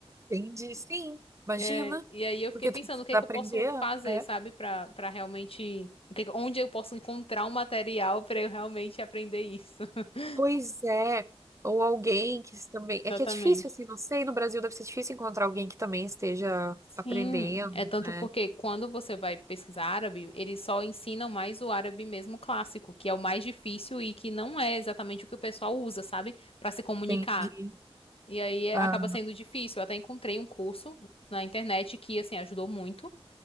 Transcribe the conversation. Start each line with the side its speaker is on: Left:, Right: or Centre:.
Right: entendi, sim. Imagina,
Left: É, e aí eu fiquei
Right: porque
Left: pensando
Right: tu precisa
Left: o que é que
Right: aprender.
Left: eu posso fazer,
Right: é
Left: sabe, pra, pra realmente. o que é que- onde eu posso encontrar um material pra eu realmente aprender isso. <laughs>
Right: Pois é, ou alguém que s- também.
Left: Exatamente.
Right: É que é difícil, assim, não sei, no Brasil deve ser difícil encontrar alguém que também esteja
Left: Sim,
Right: aprendendo,
Left: é tanto
Right: né?
Left: porque quando você vai pesquisar árabe, eles só ensinam mais o árabe mesmo clássico, que é o mais difícil e que não é exatamente o que o pessoal usa, sabe? Pra se comunicar.
Right: Entendi.
Left: E aí é-
Right: Ah,
Left: acaba sendo difícil. Eu até encontrei um curso na internet que, assim, ajudou muito.